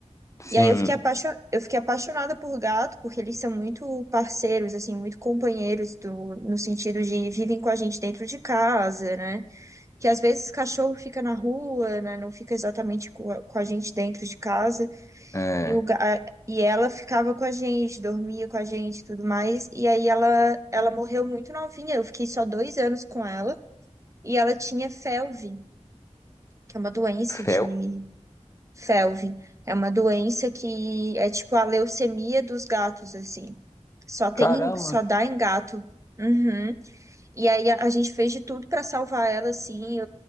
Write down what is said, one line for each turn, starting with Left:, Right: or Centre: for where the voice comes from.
Left: Sim.
Right: E aí eu fiquei apaixo- eu fiquei apaixonada por gato, porque eles são muito parceiros, assim, muito companheiros do... no sentido de vivem com a gente dentro de casa, né? Que às vezes cachorro fica na rua, né? Não fica exatamente com a com a gente dentro de casa.
Left: É.
Right: E, o, ga- a- e ela ficava com a gente, dormia com a gente e tudo mais. E aí ela, ela morreu muito novinha. Eu fiquei só dois anos com ela. E ela tinha FeLV, que é uma doença
Left: Fel?
Right: de. FeLV. É uma doença que é tipo a leucemia dos gatos, assim. Só tem,
Left: Caramba,
Right: em- só dá em gato. Uhum. E aí a, a gente fez de tudo pra salvar ela, assim.